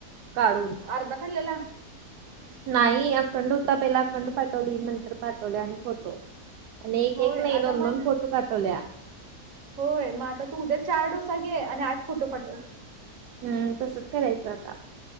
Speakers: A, on the right; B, on the right.
A: काढून.
B: अर्धा खालेला
A: नाही अखंड होता, पहिला अखंड पाठवली, नंतर पाठवल्या आणि फोटो आणि एक-एक
B: होय
A: नाही,
B: आता
A: दोन-दोन
B: मग
A: फोटो पाठवल्या.
B: होय मग आता तू उद्या चार डोसा घे आणि आठ फोटो पाठव.
A: हम्म तसच करायचं आता.